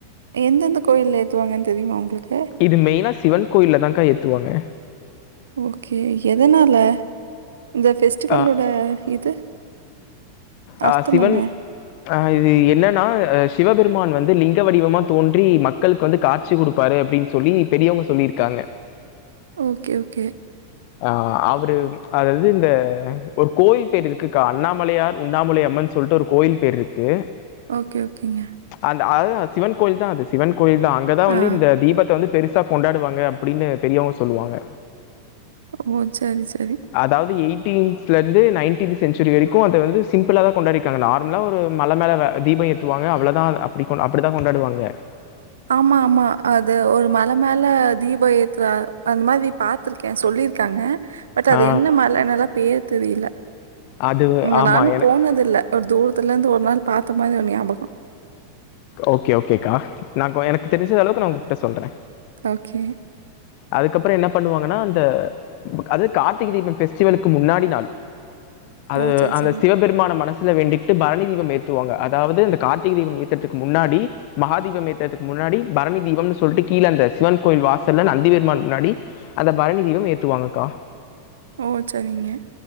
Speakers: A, on the right; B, on the left.
A: எந்தெந்த கோயில்ல ஏத்துவாங்கன்னு தெரியுமா உங்களுக்கு
B: இது மெயினா சிவன் கோயில் தாங்க்கா ஏத்துவாங்க
A: ஓகே எதனால இந்த ஃபெஸ்டிவலோட
B: அ
A: இது
B: அ
A: அர்த்தம்
B: சிவன்
A: என்ன?
B: அ இது என்னனா சிவபெருமான் வந்து லிங்க வடிவமா தோன்றி மக்களுக்கு வந்து காட்சி குடு பாரு அப்டின் சொல்லி பெரியவங்க சொல்லிருக்காங்க
A: ஓகே ஓகே
B: ஆ அவரு அதாவது இந்த ஒரு கோயில் பேர் இருக்குக்கா அண்ணாமலையார் உண்ணாமலை அம்மன் சொல்ட்டு ஒரு கோயில் பேர் இருக்கு
A: ஓகே ஓகேங்க
B: அந்த அதுதா சிவன் கோயில தா அது சிவன் கோயில தா அங்கதா வந்து
A: ஆ.
B: இந்த தீபத்த வந்து பெருசு கொண்டாடுவாங்க அப்டின்னு பெரியவங்க சொல்லுவாங்க
A: ஓ சரி சரி
B: அதாவது எயிட்டீன்ஸ்ல இருந்து நைன்டீன் சென்சுரி வரைக்கு அத வந்து சிம்பிளாதா கொண்டாடிருக்காங்க நார்மலா ஒரு மல மேல தீபம் ஏத்துவாங்க அவ்ளோதா அப்டி கொ அப்படி தா கொண்டாடுவாங்க
A: ஆமா ஆமா அது ஒரு மல மேல தீப ஏத்துற அந்த மாரி பாத்திருக்கே சொல்லிருக்காங்க பட் அது
B: ஆ
A: என்ன மலன்னல்லா பேர் தெரியல
B: அது
A: இங்க
B: ஆமா.
A: நானு
B: என
A: போனதில்ல ஒரு தூரத்துல இருந்து ஒரு நாள் பாத்த மாரி ஒரு ஞாபகம்
B: ஓகே ஓகேக்கா நா கொஞ்சோ எனக்கு தெரிஞ்ச அளவுக்கு நா உங்ககிட்ட சொல்ற
A: ஓகே
B: அதுக்கப்பற என்ன பண்ணுவாங்கன்னா அந்த அது கார்த்திகை தீபம் பெஸ்டிவலுக்கு முன்னாடி நாள் அது
A: ஓ! சரி,
B: அந்த
A: சரி.
B: சிவ பெருமான மனசுல வேண்டிகிட்டு பரணி தீபம் ஏத்துவாங்க அதாவது இந்த கார்த்திகை தீபம் ஏத்தறதுக்கு முன்னாடி மகாதீபம் ஏத்துறதுக்கு முன்னாடி பரணி தீபம்னு சொல்ட்டு கீழ அந்த சிவன் கோயில் வாசல்ல நந்திர் முன்னாடி அந்த பரணி தீபம் ஏத்துவாங்கக்கா
A: ஓ சரிங்க